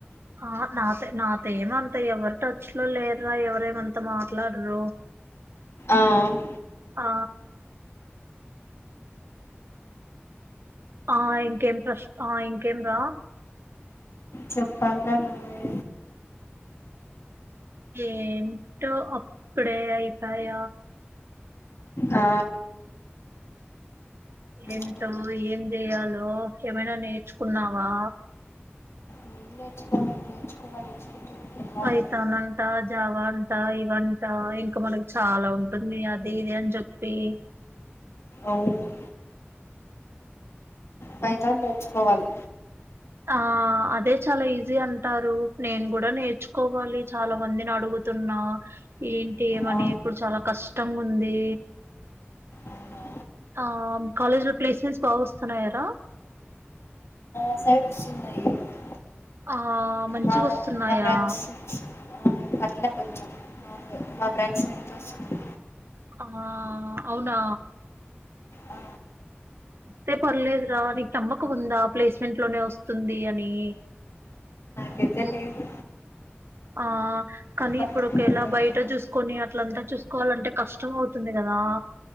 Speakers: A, on the right; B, on the left.
A: ఆ హా నాతొ నాతో ఏమంత ఎవరు టచ్ లో లేరురా ఎవరేమంత మాట్లాడరు
B: ఆమ్
A: ఆ ఆ ఇంకేం ప్రశ్ ఆ ఇంకేం రా
B: చెప్పాలిర నువ్వే
A: ఏంటో అప్పుడేఅయితాయ
B: ఆ
A: ఏంటో
B: అదే
A: ఏం చెయ్యాలో ఏమైనా నేర్చుకున్నావా
B: ఏం నేర్చుకోవాలి నేర్చుకోవాలి ఇన్స్టిట్యూట్కి వెళ్ళాలి
A: పైథాన్ అంట జావా అంటా ఇవంట ఇంకా మనకి చాలా ఉంటుంది అది ఇది అని చెప్పి
B: అవును ఫైతాన్ నేర్చుకోవాలి
A: ఆ అదే చాలా ఈజీ అంటారు నేను కూడా నేర్చుకోవాలి చాలా మందిని అడుగుతున్నా ఏంటి ఏమని
B: ఆ,
A: ఇప్పుడు చాలా కష్టంగుంది
B: అవునా
A: ఆ కాలేజ్లో ప్లేస్మెంట్స్ బాగా వస్తున్నాయార
B: <unintelligible>
A: ఆ ఆ మంచిగ
B: మా
A: వస్తున్నాయా
B: మా బ్రాంచ్ సైడ్స్ పర్లే కొంచెం మా మా ఫ్రెండ్స్ నిన్ను చూస్తుంది
A: ఆ అవునా
B: ఆ,
A: వస్తే పర్లేదురా నీకు నమ్మకంముందా ప్లేస్మెంట్ లోనే వస్తుంది అని
B: పెద్ద లేదు
A: ఆ కానీ
B: వ-
A: ఇప్పుడు ఒకేలా
B: మరి
A: బయట చూసుకొని అట్లంతా చూసుకోవాలంటే కష్టం అవుతుంది కదా